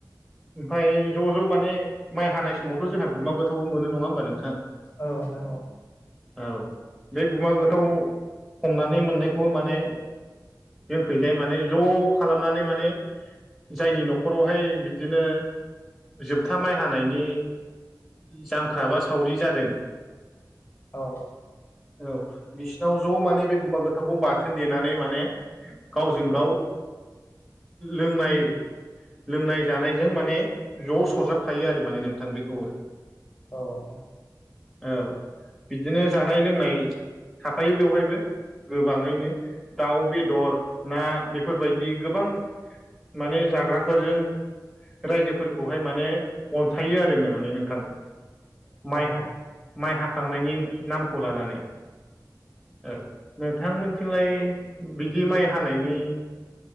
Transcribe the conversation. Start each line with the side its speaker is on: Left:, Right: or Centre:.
Centre: ओमफ्राय ज' ज' माने माइ हानाय समावथ' जोंहा गुमा गोथावबो मोनो नङा होमबा नोंथां?
Left: औ नोंथां औ।
Centre: औ बे गुमा गोथाव हमनानै मोननायखौबो माने जोंखैजाय माने ज' खालामनानै माने जायनि न'खरावहाय बिदिनो जोबथा माइ हानायनि जांख्राबा सावरि जादों।
Left: औ
Centre: औ बिसिनाव ज' माने बे गुमा गोथावखौ बाथोन देनानै माने, गावजों गाव लोंनाय लोंनाय जानायजों माने ज' सरजाबफायो आरो माने नोंथां बेखौबो
Left: औ नोंथां औ।
Centre: औ बिदिनो जानाय लोंनाय थाफायो बेवहायबो। गोबाङैनो दाउ बेदर ना बेफोरबायदि गोबां। माने जाग्राफोरजों रायजोफोरखौहाय माने अनसायो आरो ना माने नोंथां। माइ हा
Left: औ
Centre: हाखांनायनि नामखौ लानानै। औ। नोंथांमोनथिंलाय बिदि माइ हानायनि